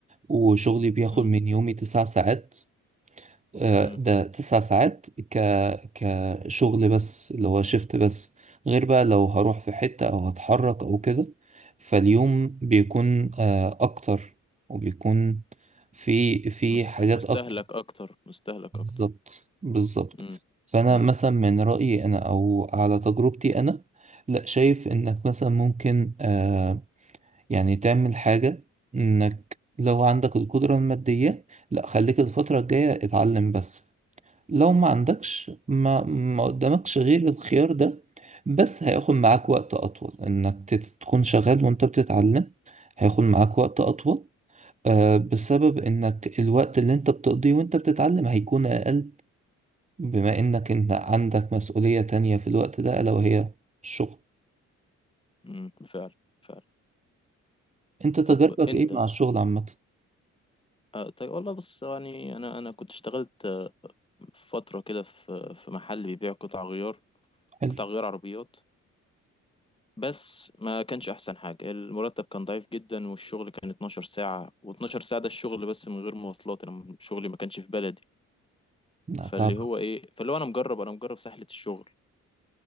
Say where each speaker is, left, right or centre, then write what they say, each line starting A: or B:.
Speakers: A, on the right; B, on the left.
A: وشغلي بياخد
B: مم.
A: من يومي تسع ساعات آه،
B: مم.
A: ده تسع ساعات ك كشغل بس اللي هو شيفت بس غير بقى لو هروح في حتة أو هتحرك أو كده فاليوم بيكون آه، أكتر وبيكون في في
B: مست...
A: حاجات
B: مستهلك
A: أكتر
B: اكتر مستهلك
A: بالظبط
B: اكتر
A: بالظبط
B: مم.
A: فأنا
B: مم.
A: مثلا من رأيي أنا أو على تجربتي أنا لا شايف إنك مثلا ممكن آه، يعني تعمل حاجة إنك لو عندك القدرة المادية لا خليك الفترة الجاية اتعلم بس لو ما عندكش ما, ما قدامكش غير الخيار ده بس هياخد معاك وقت أطول إنك تت- تكون شغال وأنت بتتعلم هياخد معاك وقت أطول آه بسبب إنك الوقت اللي أنت بتقضيه وأنت بتتعلم هيكون أقل بما إنك أنت عندك مسؤولية تانية في الوقت ده ألا وهي الشغل
B: مم. فعلا فعلا
A: أنت تجربك
B: طب انت
A: إيه مع الشغل عامة؟
B: آه طيب والله بص يعني انا انا كنت اشتغلت آه، في فتره كده في في محل بيبيع قطع غيار
A: حلو
B: قطع غيار عربيات بس ما كانش احسن حاجه المرتب كان ضعيف جدا والشغل كان 12 ساعه و12 ساعه ده الشغل بس من غير مواصلات انا شغلي ما كانش في بلدي
A: لا
B: فاللي
A: تعب
B: هو ايه فاللي هو انا مجرب انا مجرب سهله الشغل